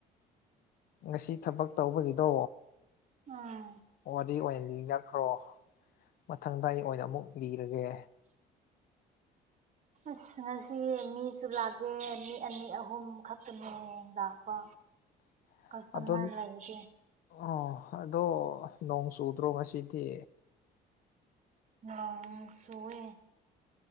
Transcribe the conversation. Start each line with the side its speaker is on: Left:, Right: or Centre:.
Left: ꯉꯁꯤ ꯊꯕꯛ ꯇꯧꯕꯒꯤꯗꯣ
Right: ꯎꯝ
Left: ꯋꯥꯔꯤ ꯑꯣꯏꯅ ꯂꯤꯅꯈ꯭ꯔꯣ ꯃꯊꯪꯗ ꯑꯩ ꯑꯣꯏꯅ ꯑꯃꯨꯛ ꯂꯤꯔꯒꯦ꯫
Right: ꯑꯁ ꯉꯁꯤ ꯃꯤꯁꯨ ꯂꯥꯛꯇꯦ ꯃꯤ ꯑꯅꯤ ꯑꯍꯨꯝ ꯈꯛꯇꯪꯅꯦ ꯂꯥꯛꯄ꯫
Left: <unintelligible>
Right: ꯀꯁꯇꯃꯔ
Left: ꯑꯗꯣꯟ
Right: ꯂꯩꯇꯦ
Left: ꯑꯣ ꯑꯗꯣ ꯅꯣꯡ ꯆꯨꯗ꯭ꯔꯣ ꯉꯁꯤꯗꯤ꯫
Right: ꯅꯣꯡ ꯆꯨꯋꯦ